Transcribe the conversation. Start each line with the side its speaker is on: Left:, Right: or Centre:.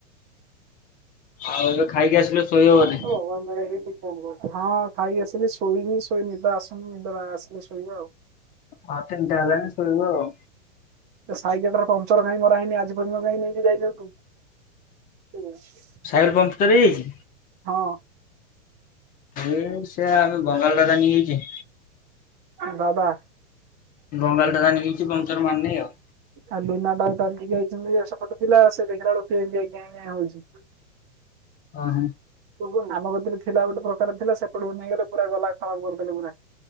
Left: ଆଉ ଏବେ ଖାଇକି ଆସିଲେ ଶୋଇବ ବୋଧେ
Right: ହ ବନ୍ଦଳେ ହେଇଚି ହଁ ଖାଇକି ଆସିଲି ଶୋଇନି ଶୋଇ ନିିଦ ଆଶୁନି ନିଦଟା ଆସିଲେ ଶୋଇବା ଆଉ
Left: ହ ତିନିଟା ହେଲାଣି ଶୋଇବୁ ଆଉ
Right: ସେ ସାଇକେ ଟର ପଞ୍ଚଚର କାଇ ମରା ହେଇନି ଆଜି ପଯ୍ୟନ୍ତ କାଇ ନେଇକି ଯାଇନୁ ହୁଁ <unintelligible>
Left: ସାଇକଲମ୍ପ ଟର ହେଯାଇଛି
Right: ହଁ
Left: ଏଇ ସେ ଆମେ ବଙ୍ଗାଳଦାଦା ନେଇଯାଇଛେ
Right: ଆମ ଦାଦା
Left: ବଙ୍ଗାଲ ଦାଦା ନେଇଛି ପଙ୍କଚର ମାର ନେଇ ଆଉ
Right: ଆଉ ଲୁନାଟାଉ ତାଙ୍କୁ ଯାଇଛନ୍ତି ସେପଟ ଥିଲା ସେ ଦେ <unintelligible> ହଉଛି
Left: ଓ ହୋ
Right: ତୁ କ ଆମ କରେ ଥିଲା ଗୋଟେ ପ୍ରକାର ଥିଲା ସେପଟକୁ ନେଇଗଲେ ପୁରା ଗଲା ଖରାପ କରିଦେଲେ ପୁରା